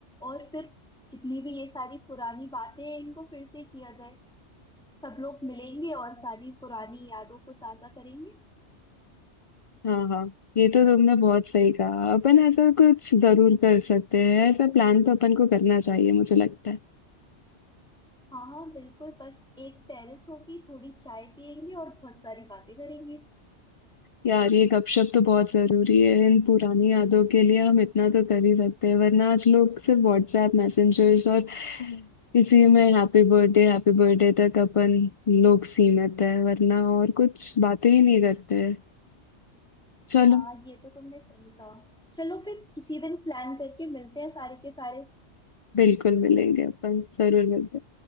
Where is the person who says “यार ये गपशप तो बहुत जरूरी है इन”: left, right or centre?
Left